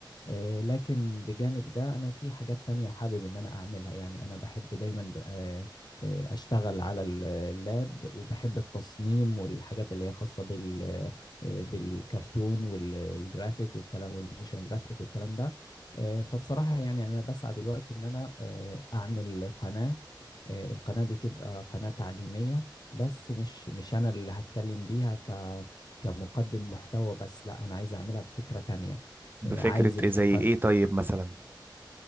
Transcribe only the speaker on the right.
بفكرة
ايه زي ايه طيب مثلا